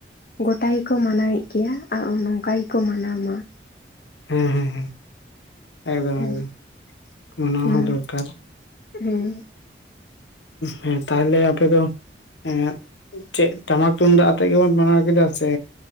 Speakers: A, on the left (about 50°); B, on the left (about 85°).
A: ᱜᱚᱴᱟ ᱜᱮᱠᱚ ᱢᱟᱱᱟᱣᱮᱫ ᱜᱮᱭᱟ ᱟᱨ ᱱᱚᱝᱠᱟ ᱜᱮᱠᱚ ᱢᱟᱱᱟᱣ ᱟᱢ <unintelligible>
B: ᱦᱮᱸ ᱦᱮᱸ ᱮᱠᱫᱚᱢ
A: ᱦᱮᱸ
B: ᱮᱠᱫᱚᱢ ᱢᱟᱱᱟᱣ
A: ᱱᱚᱣᱟ
B: ᱦᱚᱸ ᱫᱚᱨᱠᱟᱨ
A: ᱦᱮᱸ
B: ᱦᱮᱸ ᱛᱟᱦᱚᱞᱮ ᱟᱯᱮ ᱫᱚ ᱦᱮᱸ ᱪᱮᱫ ᱴᱟᱢᱟᱠ ᱛᱩᱢᱫᱟᱜ ᱟᱛᱮᱜ ᱜᱮᱵᱚᱱ ᱵᱮᱟᱱᱟᱣ ᱠᱮᱫᱟ ᱥᱮ